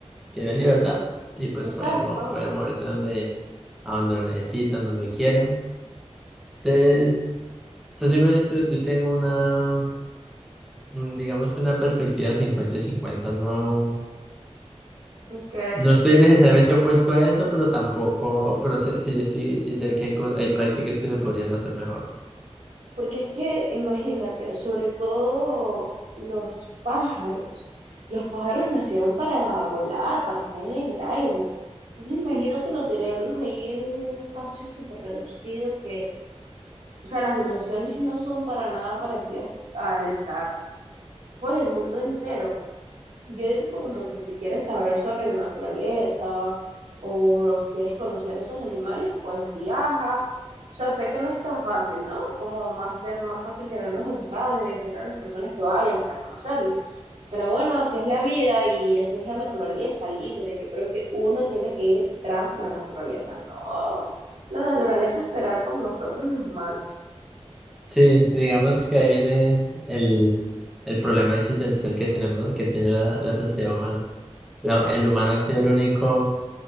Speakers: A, in the centre; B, on the right.
A: tienen libertad y pues
B: Exacto.
A: pueden, mo- pueden moverse donde, a donde lo necesitan, donde quieran. Entonces, entonces, yo, en esto- yo tengo una, mm, digamos que una perspectiva 50 y 50. No,
B: Ok.
A: no estoy necesariamente opuesto a eso, pero tampoco, pero sé- sí, estoy, sí sé que hay cos- hay prácticas que se podrían hacer mejor.
B: Porque es que, imagínate, sobre todo los pájaros. Los pájaros nacieron para volar, para estar en el aire. Entonces, imagínatelo tenerlos ahí en un espacio súper reducido que, o sea, las dimensiones no son para nada parecidas al estar por el mundo entero. Yo digo que como que si quieres saber sobre la naturaleza o quieres conocer esos animales, pues viaja. O sea, sé que no es tan fácil, ¿no? Como más, ten- más fácil tenerlos encerrados y decir a las personas que vayan para conocerlos. Pero bueno, así es la vida y así es la naturaleza libre. Yo creo que uno tiene que ir tras la naturaleza, no la naturaleza esperar por nosotros los humanos.
A: Sí, digamos que ahí viene el, el problema existencial que tenemos, que tiene la, la sociedad humana. La- el humano ha sido el único.